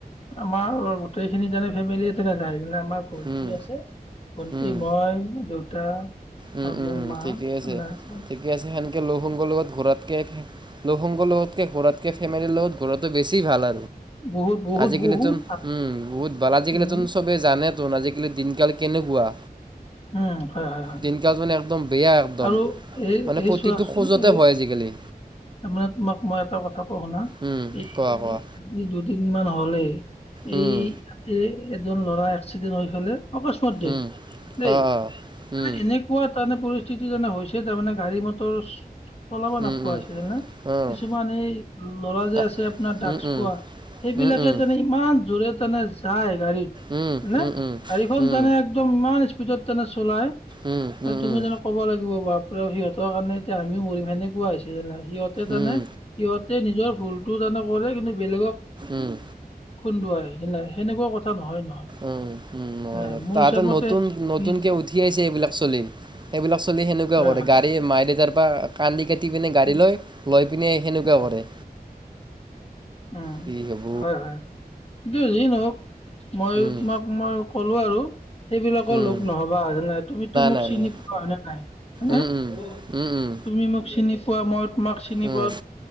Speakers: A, on the left; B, on the right.
A: আমাৰ গোটেই খিনি তেনে ফেমিলি তেনে যায়। যেনে আমাৰ ভন্টি
B: উম
A: আছে ভন্টি
B: উম
A: মই দেউতা আৰু
B: উম উম
A: মোৰ। মা
B: ঠিকেই আছে
A: নাই।
B: ঠিকে আছে। সেনকে লৌগ সংগৰ লগত ঘৰাতকে, লৌগ সংগৰ লগতকে ঘৰাতকে, ফেমিলিৰ লগত ঘূৰাটো বেছি ভাল।
A: বহুত বহুত
B: আজিকালিতো
A: বহুত
B: উম বহুত ভাল আজিকালি
A: উম
B: তন চবেই জানেতন আজি। দিনকাল কেনেকুৱা।
A: উম। হয় হয় হয়
B: দিন কাল একদম। বেয়া একদম
A: আৰু এই এই
B: মানে প্ৰতিটো
A: চোৱাচোন,
B: খোজতে
A: এই
B: ভয় আজিকালি
A: তাৰ মানে তোমাক মই এটা কথা। কথা শুনা
B: উম,
A: এই
B: কোৱা কোৱা
A: আজি দুদিন মান হ'লে
B: উম,
A: এই ৰা। এজন ল'ৰা এক্সিডেণ্ট হৈ ফেললে অকস্মাত দেৰটঠ।
B: উম,
A: দেই
B: অ', অ',
A: মানে
B: উম,
A: এনেকুৱা তাৰমানে পৰিস্থি। পৰিস্থিতি যেনে হৈছে তাৰ মানে গাড়ী মটৰ চলাব নোপোৱা
B: উম, উম,
A: হৈছে যেনে
B: অ',
A: কিছুমান এই ল'ৰা যে
B: আ,
A: আছে, আপোনাৰ ডাগচ
B: উম, উম,
A: খোৱা সেইবিলাকে
B: উম, উম,
A: তান ইমান জোৰে। তেনে যায় গাড়ীত
B: উম,
A: নে
B: উম,
A: গাড়ীখন
B: উম,
A: তানে একদম ইমান স্পীডত তোনে চলাই।
B: উম, উম,
A: এ তুমি
B: উম।
A: জানো ক'ব লাগিব, বাপ সিহঁতৰ কাৰণে এতি আমিও মৰিম সেনেকুৱা হৈছে যে নাই। সিহতে তানে
B: উম,
A: সিহতে নিজৰ ভুলতটো তানে কৰে কিন্তু বেলেগক
B: উম, উম,
A: খুন্দুৱাই নাই সেনেকুৱা কথা নহয় - নহয়।
B: উম - উম
A: নাই মোৰ
B: তাহাতে
A: হিচাপ মতে
B: নতুন- নতুনকে
A: নিজ
B: উঠি আহছে এইবিলাক চলি। সেইবিলাক চলি সেনেকুৱা
A: হয়
B: কৰে
A: হয়
B: গাড়ী মায়ে দেউতাৰ পৰা কানদি কাটি। পিনে গাড়ী
A: উম
B: লৈ লৈ পিনে সেনেকুৱা
A: উম
B: কৰে।
A: উম,
B: কি হ'ব
A: হয় - হয় কি যি নহওক। মই
B: উম,
A: তোমাক মই ক'লো আৰু। সেইবিলাকৰ
B: উম,
A: লগ নহবা হয় নাই তুমিতো মোক
B: নাই
A: চিনি
B: নাই
A: পোৱা হয়নে নাই হয়ানে
B: উম, উম, উম, উম,
A: তুমি মোক চিনি পোৱা মই তোমাক চিনি
B: উম,
A: পাও।